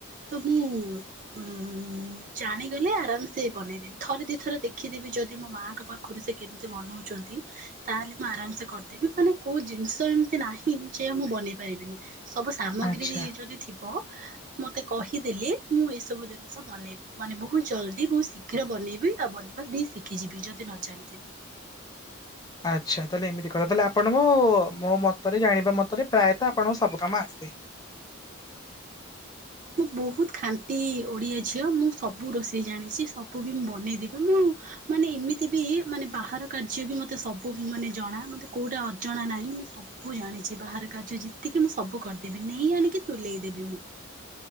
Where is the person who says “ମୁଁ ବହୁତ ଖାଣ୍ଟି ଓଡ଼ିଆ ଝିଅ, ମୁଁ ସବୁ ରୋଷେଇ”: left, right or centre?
Right